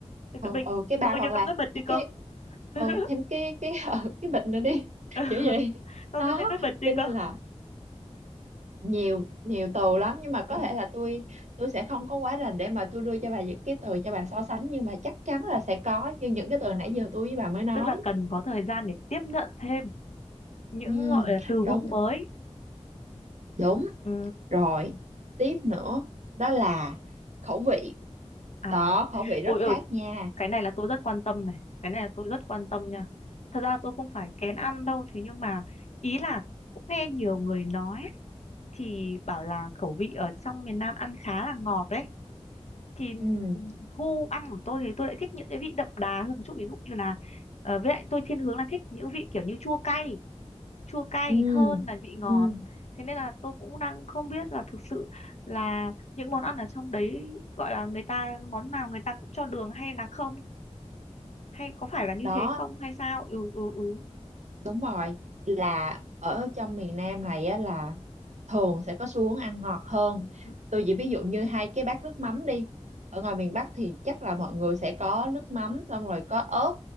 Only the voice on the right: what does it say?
ờ
ờ cái bao
hoặc
là
thêm
cái
ừ, thêm cái cái <laughs> ừ, cái bịch nữa đi
kiểu vậy
đó
cho nên
là nhiều nhiều từ lắm nhưng mà có
thể là tôi tôi sẽ không có quá rành để mà tôi đưa cho bà những cái từ cho bà so sánh nhưng mà chắc chắn là sẽ có như những cái
từ nãy giờ tôi với bà mới nói
ừ,
đúng
đúng
rồi tiếp nữa đó là khẩu vị
đó khẩu vị
rất
khác nha
ừ,
ừ,
ừ.
đó
Đúng rồi, là ở trong miền Nam này á là thường sẽ có xu hướng ăn ngọt hơn.
Tôi chỉ ví dụ như hai cái bát nước mắm đi. Ở ngoài miền Bắc thì chắc là mọi người sẽ có nước mắm xong rồi có ớt